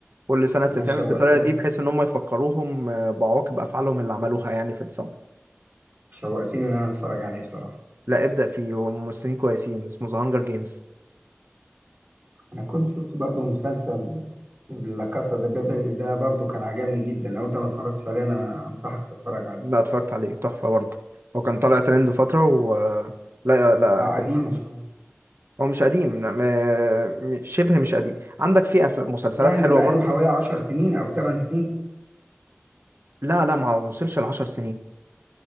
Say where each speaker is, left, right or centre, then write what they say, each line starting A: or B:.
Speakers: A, on the right; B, on the right.
A: كل سنة بتتعمل
B: لا شوقتني
A: بالطريقة دي بحيث ان هم يفكروهم بعواقب افعالهم اللي عملوها يعني في الثورة
B: شوقتني إن أنا أتفرج عليه بصراحة
A: لا ابدأ فيه هو الممثلين كويسين اسمه ذا هانجر جيمز
B: أنا كنت شفت برضو مسلسل لا كاسا دي بابل ده برضو كان عجبني جدا لو أنت ما اتفرجتش عليه أنا أنصحك تتفرج عليه
A: لا اتفرجت عليه تحفة برضه هو كان طالع ترند فترة و لا لا
B: أه
A: حلو
B: قديم شوية
A: هو مش قديم لا م... م- شبه مش قديم عندك في أف... مسلسلات
B: يعني
A: حلوة
B: بقاله
A: برضه
B: حوالي عشر سنين أو تمن سنين
A: لا لا ما وصلش العشر سنين